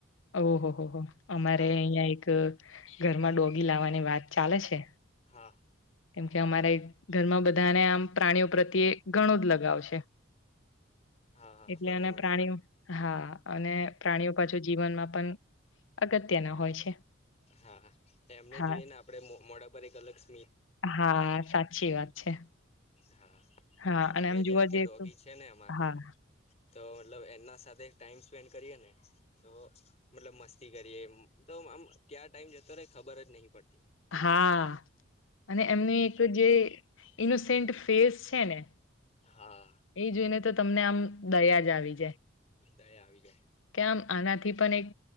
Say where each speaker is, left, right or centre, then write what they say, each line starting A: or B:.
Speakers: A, on the left (about 75°); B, on the left (about 35°).
A: ઓહો હો હો અમારે
B: હા
A: અહિયાં એક ઘરમાં ડોગી લાવવાની વાત ચાલે છે.
B: હા.
A: કેમ કે અમારે ધર્મ બધાને આમ પ્રાણીઓ પ્રત્યે ઘણું જ લગાવ છે.
B: હા. હા
A: એટલે
B: બરાબર
A: અને પ્રાણીઓ હા અને પ્રાણીઓ પાછુ જીવનમાં પણ અગત્યના હોય છે.
B: હા એમને
A: હા
B: જોઈએ ને આપડે મોડા પર એક અલગ ઈસ
A: હા સાચી વાત છે.
B: હા
A: હા અને
B: અમે
A: આમ
B: જેમ
A: જોવા
B: કે
A: જઈએ
B: ડોગી
A: તો
B: છે ને અમાર
A: હા
B: તો મતલબ એમના સાથે ટાઈમ સ્પેન્ડ કરીએ ને તો મતલબ મસ્તી કરીએ આમ ક્યા ટાઈમ જતો રેય ખબર જ નહી પડતી.
A: હા. અને એમનું એક જે ઈનોસન્ટ ફેસ છે ને.
B: હા.
A: એ જોઈને તો તમને આમ દરિયા જ આવી જાય.
B: દાય આવી જાય.
A: કે આમ આનાથી પણ એક